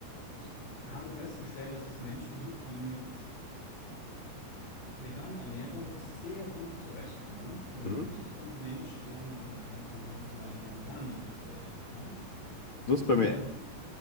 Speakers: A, on the left; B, on the left.
A: Ich habe festgestellt, dass es Menschen gibt, die mit vegane Ernährung sehr gut zurechtkommen. Und
B: Mhm.
A: ich bin ein Mensch, der mit veganer Ernährung zum Beispiel gar nicht gut zurechtkommt.
B: Das
A: Wenn
B: ist bei mir.
A: ich,